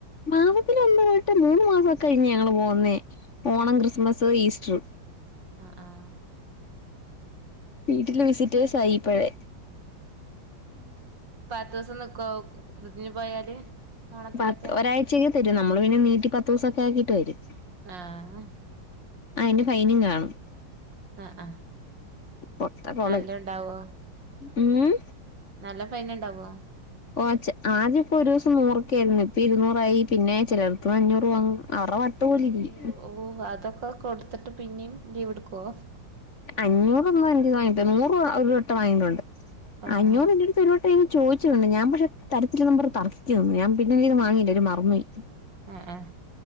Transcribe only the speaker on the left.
മാസത്തിൽ <unintelligible> വട്ടം മൂന്ന് മാസക്കെ ഴിഞ്ഞ് ഞങ്ങള് പോന്നേ ഓണം, ക്രിസ്മസ്, ഈസ്റ്റർ
വീട്ട്ല് വിസിറ്റേഴ്സ് ആയിപ്പയെ.
പത്ത് ഒരാഴ്ചക്ക് തരും നമ്മള് പിന്നെ നീട്ടി പത്തുസൊക്കെ ആക്കിട്ട് വരും.
അയിന് ഫൈനും കാണും.
പൊട്ട കോളേജ്
ഉം
ഓഹ് ച്ച് ആദ്യം പ്പോ ഒരു സം നൂറൊക്കെ ആയിരുന്നു ഇപ്പ ഇരുന്നൂറായി പിന്നെ ചെലട്ത്ത്ന്ന് അഞ്ഞൂറ് വാങ്ങും. അവരുടെ വട്ട്
പോലിരിക്കും
അഞ്ഞൂറൊന്നും <unintelligible> വാങ്ങിട്ട് നൂറ് ഒരു വട്ട വാങ്ങിട്ടുണ്ട്.
അഞ്ഞൂറ് ൻ്റട്ത്ത് ഒരു വട്ടേ ചോയിച്ച്ട്ടുണ്ട് ഞാൻ <unintelligible> ഞാൻ പിന്നെ ഇത് വാങ്ങിയില്ല മറന്ന് പോയി.